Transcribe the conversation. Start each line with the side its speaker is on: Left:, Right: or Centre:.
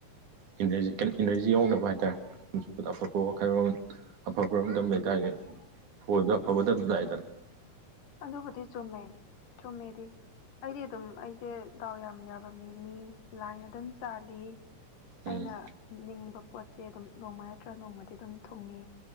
Right: ꯏꯅꯔꯖꯤ ꯏꯅꯔꯖꯤ ꯌꯥꯎꯅꯕ ꯍꯥꯏꯇꯥꯔꯦ ꯑꯐꯕ ꯋꯥꯈꯜꯂꯣꯟ ꯑꯐꯕꯔꯣꯝꯗ ꯂꯩꯇꯥꯔꯗꯤ ꯐꯣꯟꯁꯨ ꯑꯐꯕꯗ ꯑꯗꯨꯝ ꯂꯥꯛꯢꯗꯥꯅ
Left: ꯑꯗꯨꯕꯨꯗꯤ ꯆꯨꯝꯃꯦ ꯆꯨꯝꯃꯦꯗꯤ ꯑꯩꯗꯤ ꯑꯗꯨꯝ ꯑꯩꯁꯦ ꯗꯥꯎ ꯌꯥꯝ ꯌꯥꯕ ꯃꯤꯅꯤ ꯂꯥꯏꯅ ꯑꯗꯨꯝ ꯆꯥꯜꯂꯤ
Right: ꯎꯝ
Left: ꯑꯩꯅ ꯅꯤꯡꯕ ꯄꯣꯠꯁꯦ ꯑꯗꯨꯝ ꯅꯣꯡꯃ ꯅꯠꯇ꯭ꯔꯒ ꯅꯣꯡꯃꯗꯤ ꯑꯗꯨꯝ ꯊꯨꯡꯉꯤ